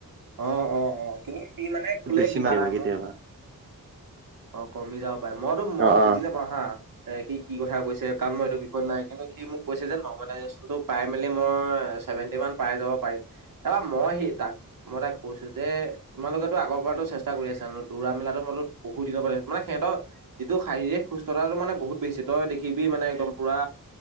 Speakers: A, on the right; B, on the right.
A: অ অ অ কিন্তু সি মানে কলে
B: বেছি
A: কিবা
B: মাৰ্ক
A: এটা
B: কেতিয়াবা কেতিয়াবা
A: মোক অ কমি যাব পাৰে মইতো মই
B: অ
A: বুজি
B: অ
A: নাপাওঁ হা সি কি কথা কৈছে কাৰণ মই এইটো নাই কিন্ত সি মোক কৈছে যে <unintelligible> পাই মেলি মই চেভেন্টি মান পাই যাব পাৰিম বা মইহেই তাক মই তাক কৈছো যে, তোমালোকেতো আগৰ পৰাটো চেষ্টা কৰি আছা, দৌৰা মেলাতো মইতো বহুত দিনৰ পৰা <unintelligible> মানে সিহঁতৰ যিটো শৰীৰক সুস্থতাটো মানে বত বেচি, তই দেখিবি মানে একদম পোৰা